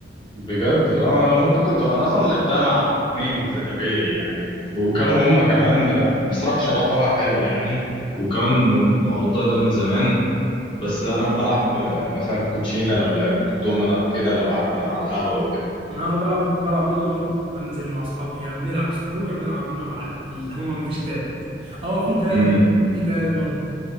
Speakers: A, on the left; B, on the right.
A: بجد اه ممكن كنت انا اصلا لعبتها مع اتنين ز- غيري يعني وكانوا هما كمان آه، بصراحة شرحوها حلو يعني وكمان الم- الموضوع ده من زمان بس انا بلعب آه، مثلا كوتشينة لو لعبت دومنا كده لو قعدت على القهوة وكده
B: انا بلعب بلعب دومنا برضه بنزل مع اصحابي يا بنلعب سكرو يا بنلعب دومنا على القهوه اللي هم مفيش تالت اه في تالت
A: امم
B: في تالت برضه